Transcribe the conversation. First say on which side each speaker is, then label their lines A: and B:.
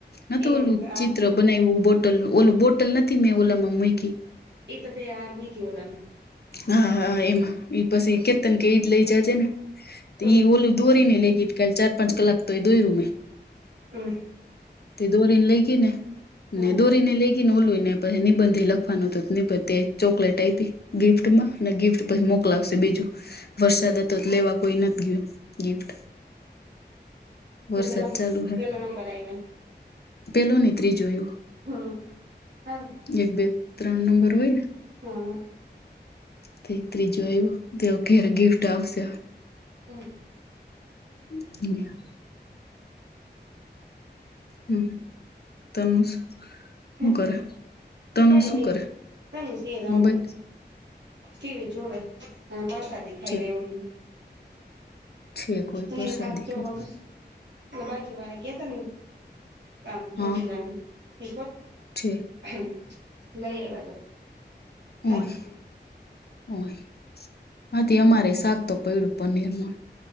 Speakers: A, on the left; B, on the right.
A: નતુ
B: એમ
A: ઓલું
B: એમ કે
A: ચિત્ર.
B: આ
A: બનાવ બોટલ ઓલું બોટલ નથી મેં ઓલામાં મૂકી.
B: એ તતે આ મુંકે ઓલમ.
A: હા હા એમાં એ પછી
B: હમ
A: કેતન કે એજ લઈ જજે ને.
B: હમ
A: એ ઓલું દોરીને લેગ કાલ ચાર પાંચ કલાક તો એ દોયર્યું મેં.
B: હમ.
A: તે દોરીને લઈ ગઈ ને
B: હમ
A: ને દોરીને લઈ ગ ઓલું ને પછ નિબંધી લખવાનું તોબી ચોકલેટ આપી. ગિફ્ટમાં ને ગિફ્ટ પછી મોકલાવશે બીજું વરસાદ
B: હમ
A: હતો તો લેવા કોઈ નથી ગયો. ગિફ્ટ.
B: કે
A: વરસાદ
B: પેલો
A: ચાલુ હે
B: પેલો નંબર આવ્યો.
A: પેલો ને ત્રીજો આયું.
B: હા હા.
A: એક બે ત્રણ નંબર હોય ન.
B: હા.
A: તે ત્રીજો તેઓ ઘરે ગિફ્ટ આવશે હવ.
B: હમ.
A: હમ. હમ તનું શું
B: હ
A: કર તનું
B: કઈ
A: શું
B: નહી
A: કરે
B: તને સે રમે
A: મોબાઈલ.
B: ટીવી જોવે અને પ્રસાદી ખાઈ
A: ઠીક
B: રે ઓલી
A: છે કોઈ
B: અ
A: પરસાદી
B: સાતજો
A: કઈ
B: વખત એ બાજુ વારા ગયા ત ને આમ ચ્યોટીલા
A: હા
B: ની <unintelligible>
A: છે
B: હ નઈ એ વા તો. ખાય
A: હોય હોય આથી અમારે શાક તો પડું પનીર નુ.